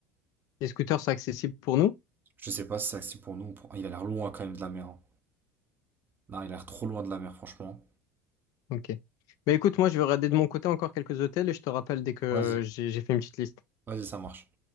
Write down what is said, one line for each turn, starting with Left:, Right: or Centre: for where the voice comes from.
Left: Les scooters, c'est accessible pour nous?
Right: Je sais pas si c'est accessible pour nous. ou pour- Ah, Il a l'air loin quand même de la mer. hein. Non, il a l'air trop loin de la mer, franchement.
Left: Ok. Mais écoute, moi, je vais regarder de mon côté encore quelques hôtels et je te rappelle dès que
Right: Vas-y,
Left: j'ai j'ai fait une petite liste.
Right: vas-y, ça marche.